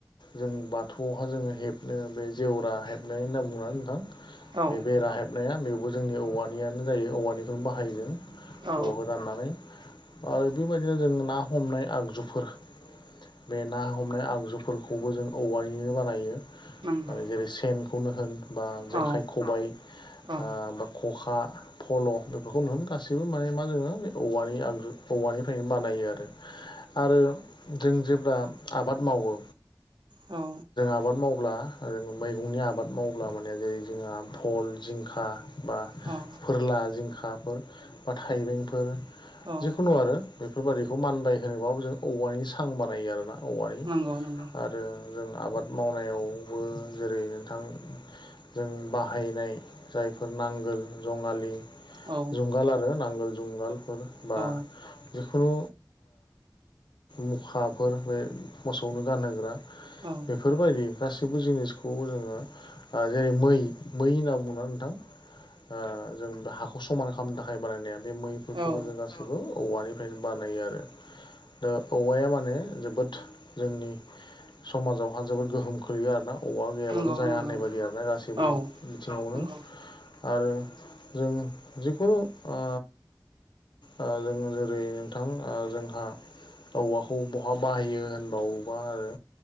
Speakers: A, on the left; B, on the right.
A: जों बाथौआवहा जोङो हेबनो बे जेवरा हेबनाय होनना बुङोना नोंथां।
B: औ
A: बे बेरा हेबनाया बेवबो जोंनि औवानि यानो जायो औवानिखौनो बाहायो जों औवाखौ
B: औ
A: दाननानै आरो बेबायदिनो जों ना हमनाय आगजुफोर बे ना हमनाय आगजुफोरखौबो जों औवानिनो बानायो।
B: नंगौ
A: माने जेरै सेनखौनो होन बा जेखाइ,
B: औ
A: खबाय ओ
B: औ
A: बा खखा फल' बेफोरखौनो गासैबो माने मा जोङो बे औवानि आगजु औवानिफ्रायनो बानायो आरो आरो जों जेब्ला आबाद मावो।
B: औ
A: जों आबाद मावब्ला ओ जों मैगंनि आबाद मावब्ला माने जेरै जोंहा फल जिंखा बा
B: औ
A: फोरला जिंखाफोर बा थाइबेंफोर
B: औ
A: जिखुनु आरो बेफोर बायादिखौ मानबाय होनोबाबो जों औवानि सां बानायो आरोना औवानि
B: नंगौ नंगौ
A: आरो जों आबाद मावनायावबो जेरै नोंथां जों बाहायनाय जायफोर नांगोल जङालि
B: औ
A: जुंगाल आरो नांगोल जुंगालफोर बा
B: औ
A: जिखुनु मुखाफोर बे मोसौनो गानहोग्रा
B: औ
A: बेफोर बायदि गासैबो जिनिसखौ जोङो ओ जेरै मै मै होनना बुङोना नोंथां ओ जों हाखौ समान खालामनो थाखाय बानायनाया बे मैफोरखौबो
B: औ
A: जों गासैबो औवानिफ्रायनो बानायो आरो ओ औवाया माने जोबोद जोंनि समाजावहा जोबोद गोहोम खोलैयो आरोना ओवा गैयाबानो
B: नंगौ
A: जाया
B: नंगौ
A: होननाय बायदि आर ना गासैबो
B: औ
A: बिथिङावनो
B: नंगौ
A: आरो जों जिखुनु ओ ओ जों जेरै नोंथां जोंहा औवाखौ बहा बाहायो होनबावबा आरो